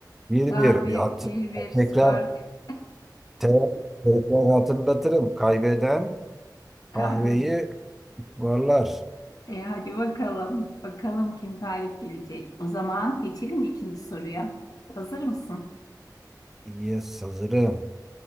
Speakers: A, in the centre; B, on the left.
A: Bir
B: Tamam
A: bir.
B: bir,
A: Bir hat
B: bir, bir skor
A: tekrar
B: <laughs>
A: te tekrar hatırlatırım. Kaybeden
B: kahve.
A: kahveyi varlar.
B: E, hadi bakalım. Bakalım kim galip gelecek. O zaman geçelim ikinci soruya. Hazır mısın?
A: İyi hazırım